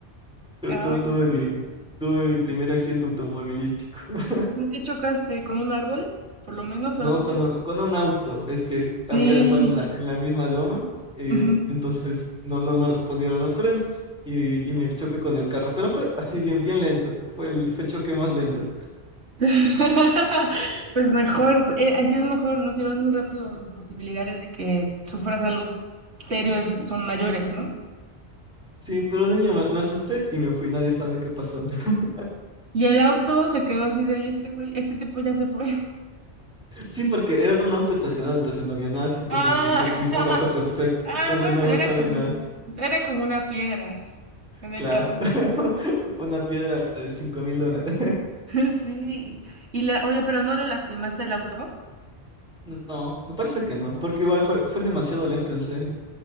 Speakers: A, in the centre; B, on the right.
A: Tu-
B: Ay,
A: tu- Tuve
B: no.
A: mi, tuve mi primer accidente automovilístico. <laughs>
B: ¿Por qué chocaste con un árbol? Por lo menos,
A: No,
B: o algo así.
A: con un, con un auto. Es que había
B: Sí.
A: igual una en la misma loma. Y
B: ujú.
A: entonces no, no, no respondieron los frenos. Y, y me choqué con el carro. Pero fue así bien, bien lento. Fue el, fue el choque más lento.
B: <laughs> Pues mejor, eh, así es mejor, ¿no? Si vas muy rápido, las posibilidades de que sufras algo serio es- son mayores, ¿no?
A: Sí, pero de niño me, me asusté y me fui. Nadie sabe qué pasó. <laughs>
B: Y el auto se quedó así de, "¿Y este güey, este tipo ya se fue. <laughs>
A: Sí, porque era un auto estacionado, entonces no había nadie. Entonces
B: Ah,
A: mi, ju-
B: <laughs>
A: mi fuga fue perfecta.
B: ah,
A: Entonces
B: bueno,
A: no lo
B: era
A: sabe
B: como,
A: nadie.
B: era como una piedra en
A: Claro.
B: el camino.
A: <laughs> Una piedra de cinco mil dólares.
B: <laughs> Sí. Y la, oye, pero no lo lastimaste el auto.
A: No, no parece que no, porque igual fue, fue demasiado lento, en serio.